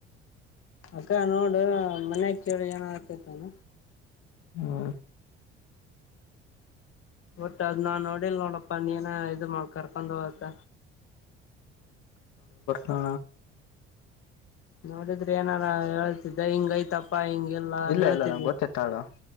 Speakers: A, on the left (about 45°); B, on the left (about 65°).
A: ಅಕ್ಕ ನೋಡು ಮನ್ಯಾಗ ಕೇಳಿ ಏನ ಆತೈತಾನ.
B: ಹ್ಮ್.
A: ಒಟ್ಟ ಅದ್ ನಾ ನೋಡಿಲ್ ನೋಡಪ್ಪಾ ನೀನ ಇದು ಮಾಡ ಕರ್ಕೊಂಡ ಹೋಗತ್ತ.
B: ಹಾ.
A: ಮಾಡಿದ್ರೆ ಏನಾರ ಹೇಳ್ತಿದ್ದ ಹಿಂಗ ಐತಪ್ಪ ಹಿಂಗಗೆಲ್ಲಾ
B: ಇಲ್ಲ
A: ಹೇಳ್ತಿದಿ.
B: ಇಲ್ಲ ನಂಗೆ ಗೊತ್ತತ್ತಾಳು